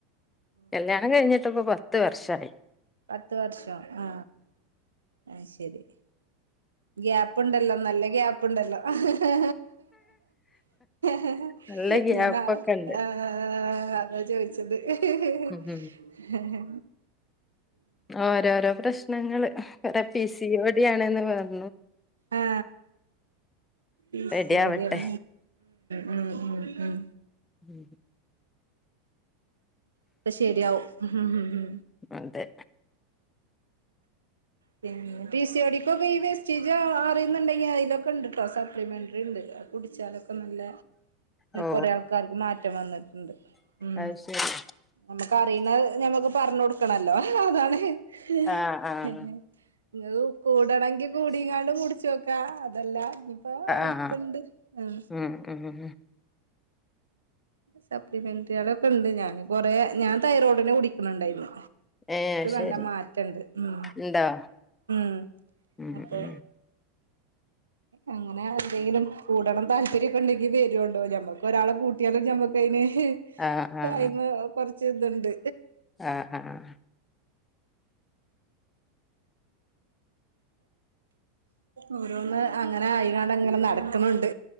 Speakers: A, on the left (about 15°); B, on the right (about 80°).
A: കല്യാണം കഴിഞ്ഞിട്ടപ്പൊ പ പത്ത് വർഷം
B: പത്ത് വർഷം ആ ആ ശെരി ഗ്യാപ്പ്ണ്ടല്ലോ നല്ല ഗ്യാപ്പ്ണ്ടല്ലോ ഹ് ഹ് ഹ്
A: നല്ല
B: ഹ്
A: ഗ്യാപ്പൊക്കെണ്ട്
B: ഞാന ആ അതാ ചോദിച്ചത് ഹ് ഹ് ഹ് ഹ്
A: ഉം
B: ഹെ ഹെ
A: ഒരോ ഒരോ പ്രശ്ന ങ്ങള് ടെ പി സിയോടിയാണ്ന്ന് പറഞ്ഞു
B: ആ ഉം
A: റെഡി ആവട്ടെ
B: ഉം ഉം ഉം
A: ഉം
B: ഒ ക്കെ ശെരിയാവും ഹ് ഹ്
A: അതെ
B: പിന്നെ പി സി ഡിക്കൊക്കെ ഈ വേസ്റ്റേജ് അറിയുന്നുണ്ടെങ്കി അതിലൊക്കെ ഉണ്ട് ട്ടോ സപ്ലിമെന്ററി ണ്ട് കുടിച്ചാലൊക്കെ നല്ല
A: ഓ
B: കൊറേ ആൾക്കാർക്ക് മാറ്റം വന്നിട്ടുണ്ട് ഉ
A: അത് ശരി
B: നമ്മുക്ക് അറിയുന്ന ഞമ്മക്ക് പറഞ്ഞ കൊടുക്കണല്ലോ അതാണ് നിങ്ങക്ക്
A: ആഹ് ആഹ്
B: കൂടണങ്കിൽ കൂടിങ്ങാണ്ടും കുടിച്ചോക്കാ അതല്ല ഇപ്പൊ അട്ത്ത്ണ്ട്
A: ആഹ്
B: ആ
A: ഉം ഉം
B: സപ്ലിമെന്ററികളൊക്കെ ണ്ട് ഞാൻ കൊറെ ഞാൻ തൈറോഡിന് കുടിക്കണണ്ടായിരുന്നു
A: ഏഹ്
B: നല്ല
A: ശരി
B: മാറ്റണ്ട് മ്
A: ഇണ്ടോ
B: മ്
A: ഉം
B: അപ്പൊ
A: ഉം
B: അങ്ങനെ എന്തെങ്കിലും കൂടണം താല്പര്യക്കെ ഉണ്ടെങ്കി വരോണ്ടൂ ഞമ്മക്ക് ഒരാളെ കൂട്ട്യാലും ഞമ്മക്കയിന് ഹ്
A: ആഹ് ആഹ്
B: അന്ന് കെറ ചെന്ത്ണ്ട്
A: ആഹ് ആഹ്
B: ഓരോന്ന് അങ്ങനെ ആയികണ്ട്ങ്ങനെ നടക്കുന്നുണ്ട്